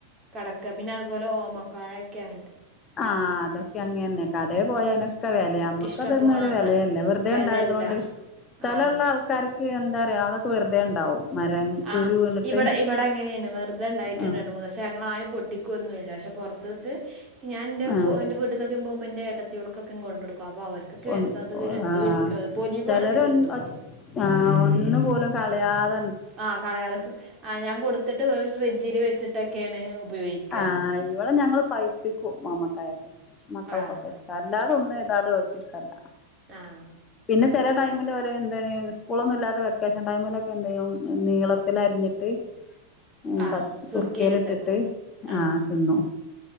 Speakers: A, on the right (about 25°); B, on the left (about 25°).
A: കടക്ക പിന്നെ അതുപോലെ ഓമക്കാഴ ഒക്കെ അ
B: ആഹ് അതൊക്കെ അങ്ങനന്നെ കട പോയ നെ വില നമ്മുക്ക
A: ഇഷ്ടം
B: അതൊന്നും
A: പോ
B: ഒരു
A: ആ
B: വിലയല്ല വെറുതെ
A: വെലല്ല
B: ഉണ്ടായതുകൊണ്ട് സ്ഥല
A: ആഹ്
B: ഉള്ള ആൾക്കാർക്ക് എന്താ അതൊക്കെ വെറുതെ ഉണ്ടാവും. മരം
A: ആ്
B: കുരു വീണിട്ട്
A: ഇവിടെ ഇവിടെ അങ്ങനെയുണ്ട് വെറുതെ ഉണ്ടായിട്ടുണ്ട്
B: ആ
A: രണ്ട് മൂന്ന് പക്ഷെ ഞങ്ങ ആരും പൊട്ടിക്കൊന്നുല്ല. പക്ഷെ പുറത്ക്ക് ഞാ എൻ്റെ എ്
B: ആ
A: വീട്ടക്കൊക്കെ പോകുമ്പ എന്റെ ഏടത്തേൾകൊക്കൊ കൊണ്ട് കൊടുക്കും. അപ്പോ അവർക്കൊക്കെ
B: ഒന്ന്
A: എന്താ അത്
B: ഒ
A: എന്ത്
B: ആ
A: കിട്ട പൊലിവാണത്
B: ചിലര
A: കിട്ടുമ്പോ
B: ആ ഒന്ന് പോലും കളയാത
A: ആഹ കളയാതെ ആ ഞാൻ കൊടുത്തിട്ട് ഒരു ഫ്രിഡ്ജില് വെച്ചിട്ടൊക്കെയാണ് ഉപയോഗിക്കുക
B: ആഹ് ഇവടെ ഞങ്ങൾ പൈപ്പിക്കും ഓമക്കായൊക്കെ മക്കൾക്കൊക്കെ
A: ആഹ്
B: ഇഷ്ട അല്ലാതെ ഒന്നും അത ല്ലാതെ ഓൽക് ഇഷ്ടല്ല
A: ആഹ
B: പിന്നെ ചില ടൈമിൽ ഓൽ എന്താണ് സ്കൂളൊന്നും ഇല്ലാത്ത വെക്കേഷൻ ടൈമിലൊക്കെ എന്ത യ്യും നീളത്തിൽ അരിഞ്ഞിട്ട് മ്
A: ആഹ്
B: പ
A: സുർക്കയിലിട്ടക്കും
B: സുർക്കൽ ഇട്ടിട്ട്
A: ആഹ്
B: ആഹ തിന്നും